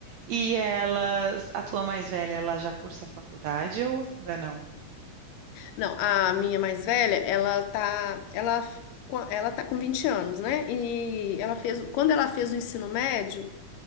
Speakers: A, on the right; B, on the left.
A: E elas, a tua mais velha, ela já cursa faculdade ou ainda não?
B: Não, a minha mais velha, ela tá, ela, ela tá com 20 anos, né? E ela fez, quando ela fez o ensino médio,